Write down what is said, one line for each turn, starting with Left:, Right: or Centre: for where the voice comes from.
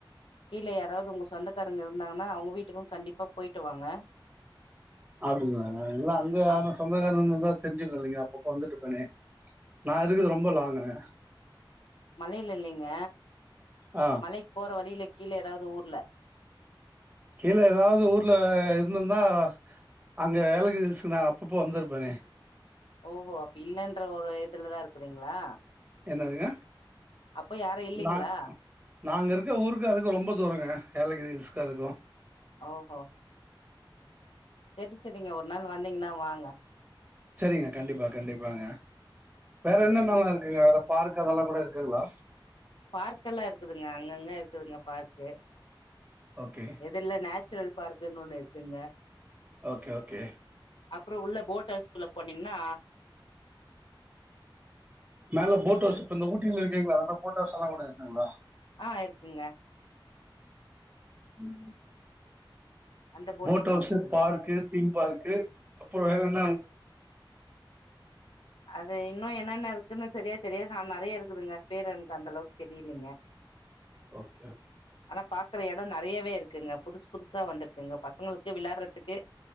Left: கீழ யாராவது ஒங்க சொந்தக்காரங்க இருந்தாங்கன்னா அவங்க வீட் டுக்கு கண்டிப்பா போய்ட்டு வாங்க
Right: அப்டிங்ளாங்க இல்ல அங்க யாரு
Left: ஆம்
Right: சொந்தக்காரவங்கதா தெரிஞ்சுதில்லைங்க அப்பப்ப வந்துட்டு போன நா இருக்குற ரொம்ப லாங்குங்க
Left: மலைல இல்லைங்க
Right: ஆ.
Left: மலைக்கு போற வழில கீழ ஏதாவது ஊர்ல
Right: கீழ ஏதாவது ஊர்ல இருந்துருந்தா அங்க ஏலகிரி ஹில்ஸ்க்கு நா அப்பப்போ வந்துருப்பனே
Left: ஓ அப்ப இல்லன்ற ஒரு இதுலதா இருக்குறீங்களா
Right: என்னதுங்க
Left: அப்ப யாரு இல்லைங்ளா
Right: நான் நாங்க இருக்க ஊருக்கு அதுக்கு ரொம்ப தூரங்க ஏலகிரி ஹில்ஸ்க்கு அதுக்கு
Left: ஆஹா சரி சரிங்க ஒரு நாள் வந்தீங்கன்னா வாங்க
Right: சரிங்க கண்டிப்பா கண்டிப்பாங்க வேற
Left: சரிங்க
Right: என்னென்னல்லா இருக்குங்க வேற பார்க் அதெல்லா கூட இருக்குங்ளா
Left: பார்க் எல்லா இருக்குதுங்க அங்கங்க இருக்குதுங்க பார்க்கு
Right: ஓகே.
Left: எது இல்ல நச் சுரல் பார்க்குன்னு ஒண்ணு இருக்குங்க
Right: ஓகே ஓகே
Left: அப்புறோ உள்ள போட்டவுஸ்குள்ள போனீங்னா
Right: மேல போட்அவுஸ் இப்ப இந்த ஊட்டில இருக்கீங்களா அதனா போட்வுஸ் எல்லா கூட இருக்கு ஆமா
Left: ஆ இருக்குங்க
Right: ம்
Left: அந்த போட்டிங்கும்
Right: போட் ஹவுஸ்சு
Left: இருக்குதுங்க
Right: பார்க்கு தீம் பார்க்கு அப்புறோ வேற என்ன
Left: அது இன்னு என்னென்ன இருக்குன்னு சரியா தெரியாது ஆனா நறைய இருக்குதுங்க பேரு எனக்கு அந்தளவுக்கு தெரியலங்க
Right: ஓகே ஓகே
Left: ஆனா பாக்குற எடம் நறையாவே இருக்குங்க புதுசு புதுசா வந்திருக்குங்க பசங்களுக்கு விளாட்றதுக்கு